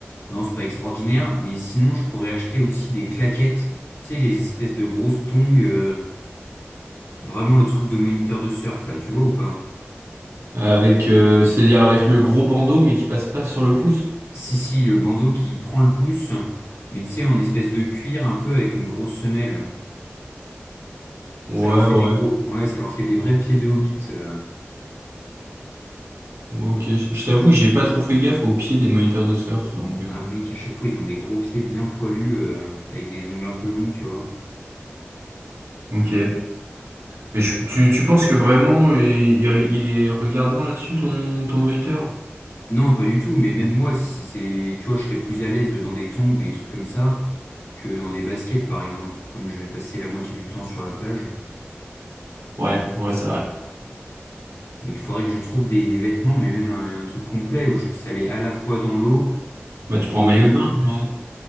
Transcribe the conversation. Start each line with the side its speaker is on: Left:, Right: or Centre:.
Left: Non, c'est pas extraordinaire. Mais sinon, je pourrais acheter aussi des claquettes, tu sais, les espèces de grosses tongs. euh, vraiment le truc de moniteur de surf, là, tu vois ou pas?
Right: Avec, euh, c'est-à-dire avec le gros bandeau, mais qui passe pas sur le pouce?
Left: Si, si, le bandeau qui prend le pouce, mais tu sais, en espèce de cuir un peu avec une grosse semelle.
Right: Ouais,
Left: Ça leur fait
Right: ouais.
Left: des gros. Ouais, ça leur fait des vrais pieds de hobbit. euh.
Right: Ok. Je je t'avoue, j'ai pas trop fait gaffe au pied des moniteurs de surf, donc... euh,
Left: Un mec, à chaque fois ils ont des gros pieds bien poilus euh, avec des ongles un peu longs, tu vois.
Right: Ok. Mais je- tu, tu penses que vraiment, il, il- il est regardant là-dessus, ton, ton moniteur?
Left: Non, pas du tout, mais même moi, si c'est, tu vois, je serais plus à l'aise dans des tongs ou des trucs comme ça que dans des baskets par exemple, comme je vais passer la moitié du temps sur la plage.
Right: Ouais, ouais, c'est vrai.
Left: Donc il faudrait que je trouve des, des vêtements, mais même un, un truc complet où je puisse aller à la fois dans l'eau
Right: Bah, tu prends
Left: et
Right: un maillot de
Left: en même
Right: bain,
Left: temps,
Right: juste.